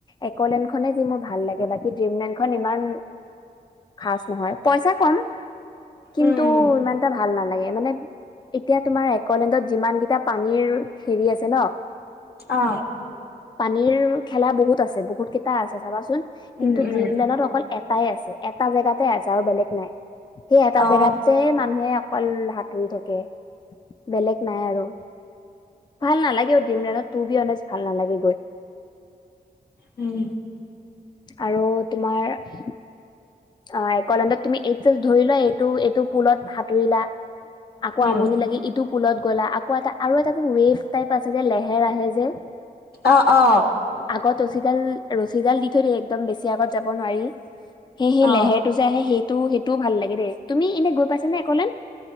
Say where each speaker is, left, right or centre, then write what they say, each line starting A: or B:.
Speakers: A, on the left; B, on the left.
A: একলেণ্ড খনে যি ভাল লাগে বাকী ডিম নাইনখন ইমান খচ নহয় পইচা কম কিন্তু
B: উম,
A: ইমান এটা ভাল নালাগে মানে এতিয়া তোমাৰ একলেণ্ডত যিমান কেইটা পানীৰ হেৰি আছে ন
B: অ।
A: পানীৰ খেলা বহুত আছে, বহুত কেইটা আছে চাবাচোন।
B: উম,
A: কিন্তু
B: উম,
A: ড্ৰিম লনত অকল এটাই আছে এটা জেগাতে আছে আৰু বেলেগ নাই সেই এটা
B: অ।
A: জেগাত। যে মানুহে অকল হাতুৰি থাকে বেলেগ নাই আৰু ভাল নালাগে অ' ড্ৰিমলেণ্ডত তোৰ বি অনেষ্ট ভাল নালাগে গৈ।
B: উম,
A: আৰু তোমাৰ, অ' একলেডত তুমি এইচ ধৰি লোৱা এইটো এইটো পুলত সাঁতুৰিলা। আকৌ
B: উম,
A: আমনি লাগে এইটো পুলত গ'লা আকৌ এটা আৰু এটা ৱেভ টাইপ আছে যে লেহেৰ আহে যে।
B: অ-অ,
A: আগত ৰছী গাল ৰছী গাল দি থৈ দ একদম বেছি আগত যাব নোৱাৰি। সেই-সেইলেৰটো
B: অ।
A: যে আহে সেইটো সেইটোও ভাল লাগে দেই তুমি এনেই গৈ পাইছা নে একলেণ্ড।